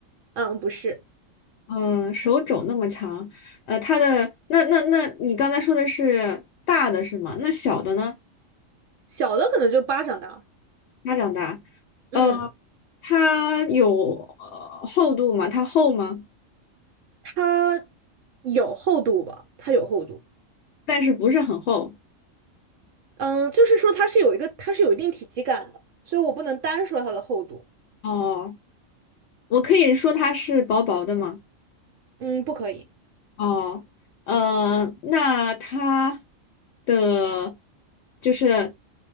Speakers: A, on the right (about 70°); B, on the left (about 65°).
A: 嗯，不是，
B: 嗯、手肘那么长，呃，它的那那那你刚才说的是大的是吗？那小的呢？
A: 小的可能就巴掌大。
B: 它长大，
A: 嗯，
B: 呃，它有呃厚度吗？它厚吗？
A: 它有厚度吧？它有厚度。
B: 但是不是很厚。
A: 嗯，就是说它是有一个，它是有一定体积感的，所以我不能单说它的厚度。
B: 哦，我可以说它是薄薄的吗？
A: 嗯，不可以。
B: 哦，呃，那它的就是